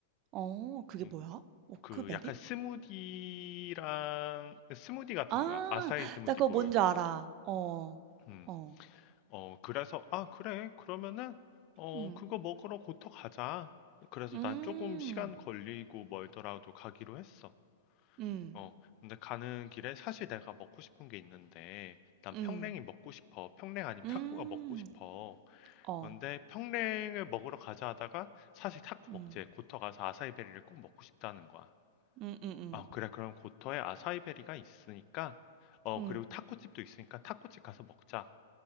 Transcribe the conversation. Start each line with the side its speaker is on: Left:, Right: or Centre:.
Right: 어. 그게
Left: 음,
Right: 뭐야? 오크베리?
Left: 그 약간 스무디랑 스무디 같은
Right: 아.
Left: 거야. 아사히 스무디
Right: 나 그거
Left: 볼.
Right: 뭔지 알아. 어.
Left: 음.
Right: 어.
Left: 어, 그래서 아, 그래. 그러면은 어,
Right: 음.
Left: 그거 먹으러 고터 가자. 그래서
Right: 음.
Left: 난 조금 시간 걸리고 멀더라도 가기로 했어.
Right: 음.
Left: 어, 근데 가는 길에 사실 내가 먹고 싶은 게 있는데, 난
Right: 음.
Left: 평냉이 먹고 싶어. 평냉 아니면
Right: 음.
Left: 타코가 먹고 싶어.
Right: 어.
Left: 그런데 평냉을 먹으러 가자 하다가 사실 타코
Right: 음.
Left: 먹지. 고터 가서 아사이베리를 꼭 먹고 싶다는 거야.
Right: 음음음.
Left: 어, 그래. 그럼 고터에 아사이베리가 있으니까, 어,
Right: 음.
Left: 그리고 타코집도 있으니까 타코집 가서 먹자.